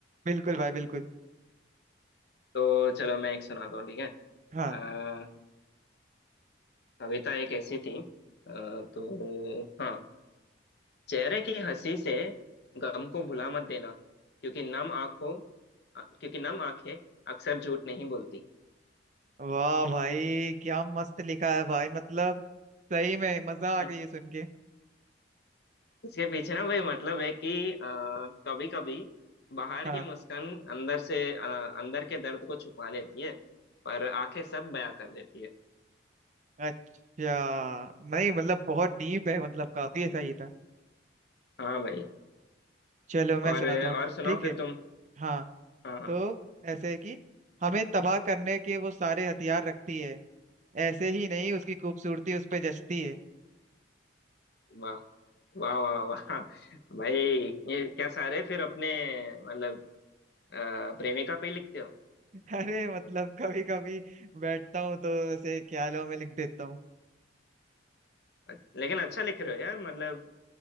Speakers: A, on the right; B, on the left.
A: बिल्कुल भाई बिल्कुल
B: तो चलो मैं एक सुनाता हूँ ठीक है
A: हाँ
B: अ, कविता एक ऐसी थी अ, तो हाँ चेहरे की हंसी से गम को भुला मत देना क्योंकि नम आंखों क्योंकि नम आंखें अक्सर झूठ नहीं बोलती
A: वाह भाई क्या मस्त लिखा है भाई मतलब सही में मजा आ
B: <laughs>
A: गई है सुन के
B: इसके पीछे ना भाई मतलब है कि कभी कभी बाहर
A: हाँ
B: की मुस्कान अंदर से अ, अंदर के दर्द को छुपा लेती है पर आंखें सब बयां कर देती है
A: अच्छा नहीं मतलब बहुत डीप है मतलब काफी ऐसा ही था
B: हाँ भाई
A: चलो मैं
B: और
A: सुनाता हूँ
B: और सुनाओ
A: ठीक
B: फिर
A: है
B: तुम
A: हाँ
B: हाँ हाँ
A: तो ऐसे है कि हमें तबाह करने के वो सारे हथियार रखती है ऐसे ही नहीं उसकी खूबसूरती उस पे जचती है
B: वाह वाह वाह वाह भाई ये क्या सारे फिर अपने मतलब अ, प्रेमिका पे ही लिखते हो
A: <laughs> अरे मतलब कभी कभी बैठता हूँ तो ऐसे ख्यालों में लिख देता हूँ
B: लेकिन अच्छा लिख रहे हो यार मतलब